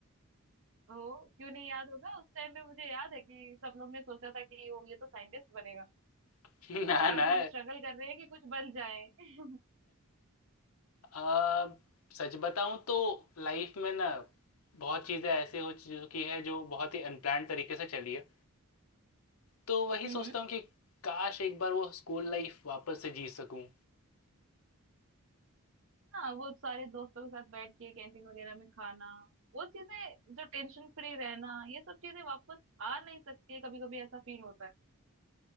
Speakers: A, on the right; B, on the left.
A: ओ क्यों नहीं याद होगा उस टाइम पे मुझे याद है कि सब लोग ने सोचा था कि ओ ये तो साइंटिस्ट बनेगा
B: <laughs> ना
A: और आज
B: ना
A: हम स्ट्रगल कर रहे हैं कि कुछ बन जाए <laughs>
B: आ, सच बताऊं तो लाइफ में ना बहुत चीज़ें ऐसी हो चुकी है जो बहुत ही अनप्लान्ड तरीके से चली है तो वही
A: हम्म
B: सोचता हूँ कि काश एक बार वो स्कूल लाइफ वापस से जी सकूं
A: हाँ वो सारे दोस्तों के साथ बैठ के कैंटीन वगैरह में खाना वो चीजें जो टेंशन फ्री रहना ये सब चीजें वापस आ नहीं सकती है कभी कभी ऐसा फील होता है